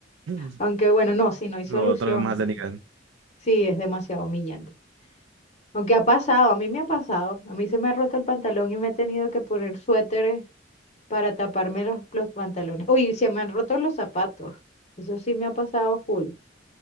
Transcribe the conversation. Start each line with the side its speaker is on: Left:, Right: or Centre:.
Right: <laughs>
Left: Aunque bueno, no, si no hay solución.
Right: Lo otro es más denigrante.
Left: Sí, es demasiado humillante. Aunque ha pasado, a mí me ha pasado. A mí se me ha roto el pantalón y me he tenido que poner suéteres para taparme los, los pantalones. Uy, se me han roto los zapatos. Eso sí me ha pasado full.